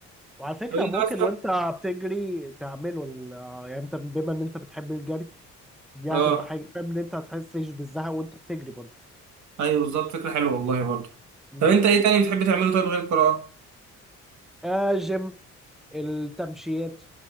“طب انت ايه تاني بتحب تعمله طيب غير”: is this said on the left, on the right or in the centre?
Right